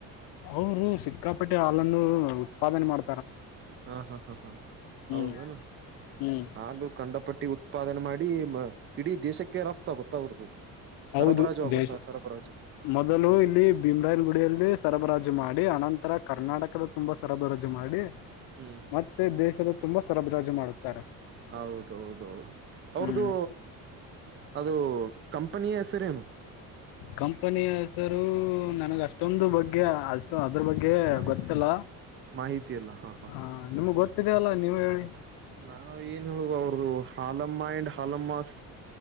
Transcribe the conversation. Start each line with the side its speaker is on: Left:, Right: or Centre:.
Left: ಅವರು ಸಿಕ್ಕಾಪಟ್ಟೆ ಹಾಲನ್ನು ಉತ್ಪಾದನೆ ಮಾಡ
Right: ಹಾ ಹಾ ಹಾ ಹಾ
Left: ಹ್ಮ್
Right: ಹೌದನು
Left: ಹ್ಮ್
Right: ಹಾಲು ಕಂಡ ಪಟ್ಟಿ ಉತ್ಪಾದನೆ ಮಾಡ ಇ ಇಡೀ ದೇಶಕ್ಕೆ ರಫ್ತ ಆಗುತ್ತಾ ಅವ್ರದು
Left: ಹೌದು
Right: ಸರಬರಾಜು ಆಗುತ್ತಾ
Left: ದೇಶ
Right: ಸರಬರಾಜು
Left: ಮೊದಲು ಇಲ್ಲಿ ಭೀಮ್ರನ್ ಗುಡಿಯಲ್ಲಿ ಸರಬರಾಜು ಮಾಡಿ ಅನಂತರ ಕರ್ನಾಟಕದ ತುಂಬಾ ಸರಬರಾಜು ಮಾಡಿ
Right: ಹ್ಮ್
Left: ಮತ್ತೆ ದೇಶದ ತುಂಬಾ ಸರಬ್ರಾಜು ಮಾಡುತ್ತಾರೆ
Right: ಹೌದೌದ ಹೌದು ಅವ್ರ್ದು
Left: ಹ್ಮ್
Right: ಅದು ಕಂಪನಿಯ ಹೆಸರೇನು
Left: ಕಂಪನಿ ಹೆಸರು ನನಗ ಅಷ್ಟೊಂದು ಬಗ್ಗೆ ಅಷ್ಟ ಅದ್ರ ಬಗ್ಗೆ
Right: ಮಾಹಿತಿ
Left: ಗೊತ್ತಿಲ್ಲ
Right: ಮಾಹಿತಿ ಅಲ್ಲ ಹಾ ಹಾ
Left: ಹ ನಿಮ್ಗ್ ಗೊತ್ತಿದಲ್ಲ ನೀವ ಹೇಳಿ
Right: ನಾವ ಏನ್ ಹೇಳುವ ಅವ್ರ್ದ ಹಾಲಮ್ಮ ಅಂಡ್ ಹಾಲಮ್ಮಸ್